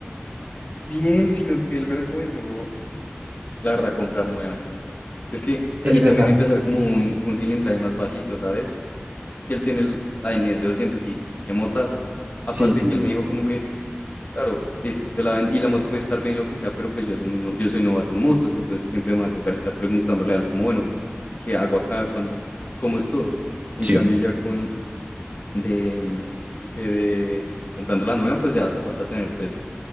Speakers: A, on the left; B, on the right.
A: Bien, sino que él me recomendó, la verdad, comprar nueva. Es que, ta-
B: Es
A: y
B: verdad.
A: también empezar como
B: Mm.
A: un, un cilindraje más bajito, ¿sabes? Es que él tiene el- la ns doscientos y qué motaza. Aparte
B: Sí, sí,
A: que él me dijo como que, claro, listo, se la ven, y la moto puede estar bien lo que sea, pero pues yo soy muy, no- yo soy novato en motos, entonces siempre me va a tocar estar preguntándole a él como, bueno, ¿qué hago acá? ¿Cuán- ¿Cómo es todo? En
B: sí.
A: cambio ya con, de mm, que de comprando la nueva, pues ya ta- vas a tener pues